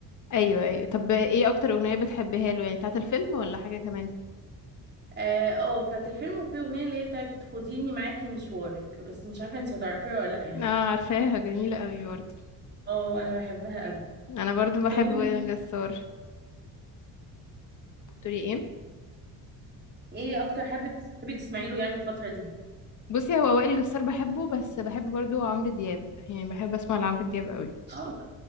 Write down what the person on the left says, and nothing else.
أيوه أيوه طب ايه أكتر أغنية بتحبيها له يعني بتاعة الفيلم ولا حاجة كمان
اه عارفاها جميلة قوي برضه
أنا برضه بحب
وائل جسار تقولي ايه
بصي هو وائل جسار بحبه بس بحب برضه عمرو دياب يعني بحب أسمع لعمرو دياب قوي